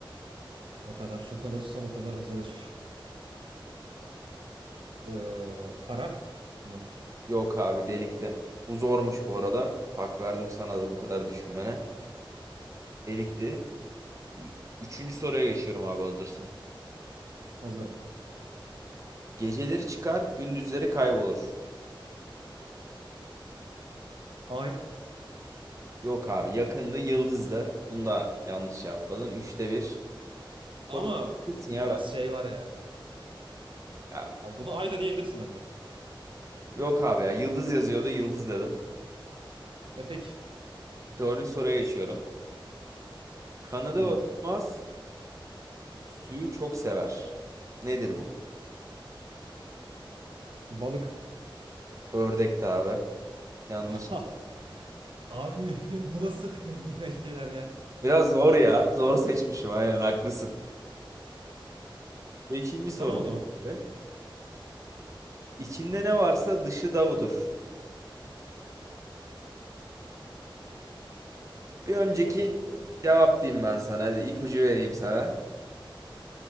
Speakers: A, on the right; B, on the right.
A: Ne kadar çok alırsam o kadar azalır. Eee, para mı?
B: Yok abi delikti. Bu zormuş bu arada. Hak verdim sana da bu kadar düşünmene. Delikti. Ü- Üçüncü soruya geçiyorum abi hazırsan.
A: Hazırım.
B: Geceleri çıkar, gündüzleri kaybolur.
A: Ay.
B: Yok abi yakında yıldızda. Bunu da yanlış yapmadın. Üçte bir.
A: Ama
B: Top bilirsin
A: biraz
B: ya ben.
A: şey var ya.
B: Ya,
A: Ya bunu ayda diyebilirsin bence.
B: yok abi ya yıldız yazıyordu yıldız dedim.
A: Epek.
B: Dördüncü soruya geçiyorum. Kanadı
A: Tamam.
B: var uçmaz, suyu çok sever. Nedir bu?
A: Balık.
B: Ördekti abi. Yanlış.
A: Aha. Abi <laughs> bu nasıl <laughs> bilmeceler ya?
B: Biraz zor ya. Zor seçmişim aynen haklısın. Beşinci soru.
A: Tamam o
B: şimdi.
A: zaman.
B: İçinde ne varsa dışı da odur. Bir önceki
A: Ee,
B: cevap diyeyim ben sana. Hadi ipucu vereyim sana.